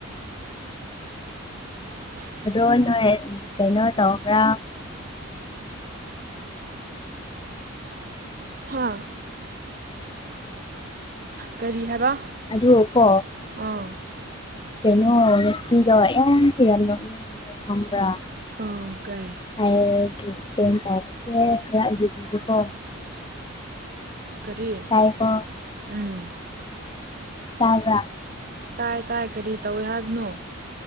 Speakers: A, on the right; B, on the left.
A: ꯎꯝ
B: ꯑꯗꯣ ꯅꯣꯏ ꯀꯩꯅꯣ ꯇꯧꯕ꯭ꯔꯥ
A: ꯍꯥꯥ ꯀꯔꯤ ꯍꯥꯏꯕ
B: ꯑꯗꯨ ꯀꯣ
A: ꯑꯥ
B: ꯀꯩꯅꯣ ꯔꯦꯁꯤꯗꯣ ꯌꯥꯝ ꯍꯤ ꯅꯣꯛꯅꯤꯡꯉꯦ ꯈꯪꯕ꯭ꯔꯥ
A: ꯑꯥ ꯀꯥꯏ
B: ꯑꯩ ꯀꯦꯁꯄ ꯇꯥꯁꯦ ꯈꯔ ꯌꯦꯕꯤꯕꯀꯣ
A: ꯀꯔꯤꯌꯦ
B: ꯇꯥꯏꯀꯣ
A: ꯎꯝ
B: ꯇꯕ꯭ꯔꯥ
A: ꯇꯥꯏ ꯇꯥꯏ ꯀꯔꯤ ꯇꯧꯏ ꯍꯥꯏꯕꯅꯣ